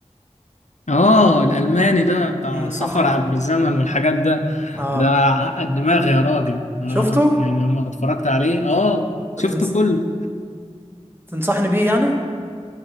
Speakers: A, on the left; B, on the right.
A: اه الالماني ده بتاع
B: امم صح
A: سفر عبر الزمن والحاجات ده
B: اه
A: ده عقد دماغي يا راجل أنا
B: شفته
A: يعني لما اتفرجت عليه اه شفته
B: تنس...
A: كله
B: تنصحني بيه يعني